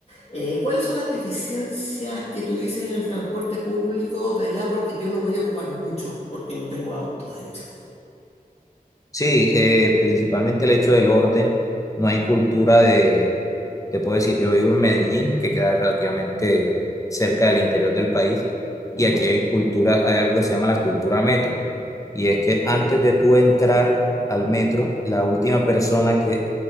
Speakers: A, on the left; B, on the left.
A: Eh, ¿cuáles son las deficiencias que tú dices en el transporte público de allá? Porque yo lo voy a ocupar mucho, porque no tengo auto, de hecho.
B: Sí, eh, principalmente el hecho del orden, no hay cultura de, te puedo decir, yo vivo en Medellín, que queda relativamente cerca del interior del país,
A: Ujú.
B: y aquí hay cultura, hay algo que se llama la cultura metro. Y es que antes de tú entrar al metro, la última persona que,